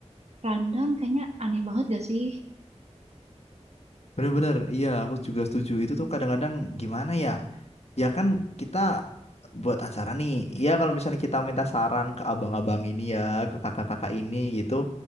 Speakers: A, on the right; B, on the left.
A: rundown kayaknya aneh banget gak sih?
B: Bener-bener, iya aku juga setuju. Itu tuh kadang-kadang gimana ya? Ya kan kita buat acara nih. Ya kalau misalnya kita minta saran ke abang-abang ini ya, ke kakak-kakak ini gitu,